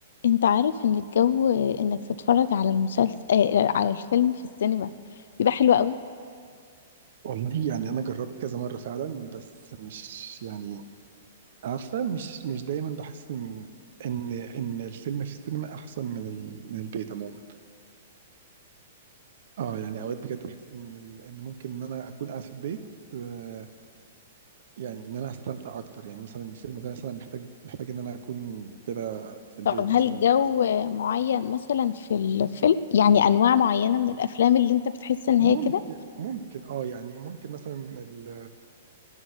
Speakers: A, on the left; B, on the right.
A: انت عارف ان الجو انك تتفرج على المسلسل آه على الفيلم في السينما بيبقى حلو قوي
B: والله يعني انا جربت كذا مره فعلا بس مش يعني عارفه مش مش دايما بحس ان ان ان الفيلم في السينما احسن من ال... من البيت عموما اه يعني اوقات بجد بحس ان ال... ان ممكن ان انا اكون قاعد في البيت آه يعني ان انا هستمتع اكتر يعني مثلا الفيلم ده مثلا محتاج محتاج ان انا اكون كده في البيت
A: طب
B: مثلا
A: هل جو معين مثلا في الفيلم يعني انواع معينة من الافلام اللي انت بتحس ان
B: ممكن
A: هي كده
B: ممكن اه يعني ممكن مثلا ال...